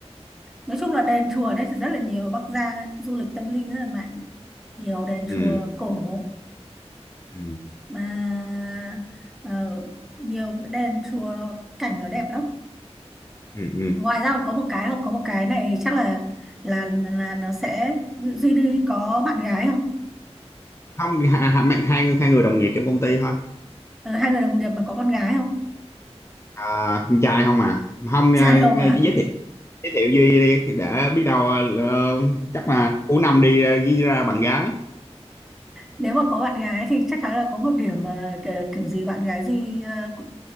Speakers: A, in the centre; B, on the left (about 25°).
A: Nói chung là đền chùa ở đây thì rất là nhiều Bắc Giang ấy, du lịch tâm linh rất là mạnh Nhiều đền
B: ừ,
A: chùa cổ
B: ừ,
A: Mà ờ, Nhiều đền chùa nó, Cảnh nó đẹp lắm
B: ừ, ừ.
A: Ngoài ra còn có một cái không Có một cái này chắc là là là nó sẽ Duy Duy có bạn gái không
B: không hai, hai, hai, người- hai người đồng nghiệp trong công ty thôi
A: ờ, Hai người đồng nghiệp mà có con gái không
B: à, con trai không à không
A: Trai
B: à,
A: không ạ
B: chỉ giới thiệu giới thiệu Duy đi để biết đâu ờ, ờ, chắc là cuối năm đi ờ, ghi ra bạn gái
A: nếu mà có bạn gái thì chắc chắn là có một điểm mà k- kiểu gì bạn gái gì ờ, cũng-